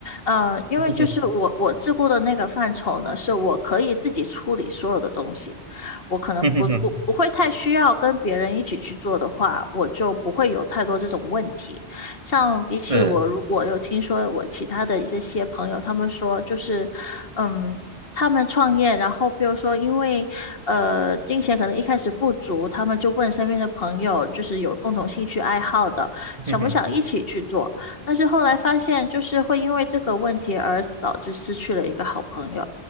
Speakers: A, on the left; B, on the right.
A: 嗯，因为就是我我自顾的那个范畴呢，
B: <laughs> 哼哼
A: 是我可以自己处理所有的东西，我可能不不不会太需要跟别人一起去做的话，
B: 哼哼哼，
A: 我就不会有太多这种问题。像比起我，
B: 是，
A: 如果有听说我其他的一些些朋友，他们说就是，嗯。他们创业，然后比如说因为呃金钱可能一开始不足，他们就问身边的朋友，就是有共同兴趣爱好的，想不想一起去做？
B: 哼哼，
A: 但是后来发现，就是会因为这个问题而导致失去了一个好朋友，